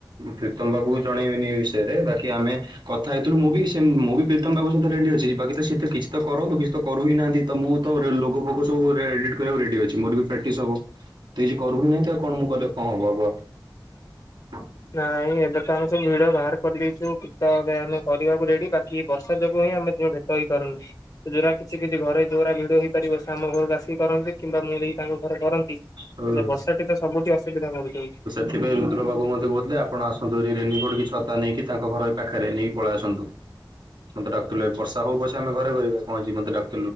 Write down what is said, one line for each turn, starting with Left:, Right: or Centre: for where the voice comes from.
Right: ପ୍ରୀତମ ବାବୁ କୁ ଜଣେଇବେନି ଏଇ ବିଷୟରେ ବାକି ଆମେ କଥା ହେଇଥିଲୁ ମୁଁ ବି ସେ ମୁଁ ବି ପ୍ରୀତମ ବାବୁ ସହିତ ରେଡି ଅଛି ବାକି ସେ ତ କିଛି ତ କରନ୍ତୁ କିଛି ତ କରୁ ହି ନାହାନ୍ତି। ତ ମୁଁ ତ ଲୋଗ ଫୋଗ ସବୁ ରେ ଏଡିଟ୍ କରିବାକୁ ରେଡି ଅଛି ମୋର ବି ପ୍ରାକ୍ଟିସ୍ ହବ। ତ କିଛି କରୁ ହିଁ ନାହାନ୍ତି ତ ଆଉ ମୁଁ କଣ ମୁଁ କଲେ କଣ ହବ ଆଗୁଆ। <inaudible>
Left: ନାଇଁ ଏବେ ତ ଆମେ ସବୁ ଭିଡ ବାହାର କରିଦେଇଛୁ ତ ଏବେ ଆମେ କରିବାକୁ ରେଡି ବାକି ବର୍ଷା ଯୋଗୁଁ ହିଁ ଆମେ ଦିହେଁ ରହିପାରୁନି। ଯୋଉରା କିଛି କିଛି ଘରେ ଯୋଉରା ଭିଡଓ ହେଇପାରିବ ସେ ଆମ ଘରକୁ ଆସି କରନ୍ତି କିମ୍ବା ମୁଁ ଯଇ ତାଙ୍କ ଘରେ କରନ୍ତି। ହେଲେ
Right: ହଁ।
Left: ବର୍ଷା ଟି ତ ସବୁଠି ଅସୁବିଧା କରୁଛି।
Right: ଏଥିପାଇ ରୁଦ୍ର ବାବୁ ମୋତେ କହୁଥିଲେ ଆପଣ ଆସନ୍ତୁ ଏ ରେନିକୋଟ କି ଛତା ନେଇକି ତାଙ୍କ ଘର ଏଇ ପାଖରେ ନେଇକି ପଳେଇ ଆସନ୍ତୁ। ମତେ ଡାକୁ ଥିଲେ ବର୍ଷା ହଉ ପଛେ ଆମେ ଘରେ ବଇବା କଣ ହେଇଛି ମତୋ ଡାକ୍